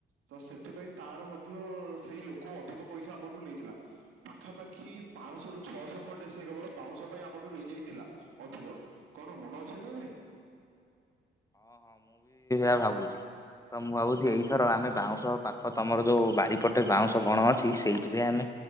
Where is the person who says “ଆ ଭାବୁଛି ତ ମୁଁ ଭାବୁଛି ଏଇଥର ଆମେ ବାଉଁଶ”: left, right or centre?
Left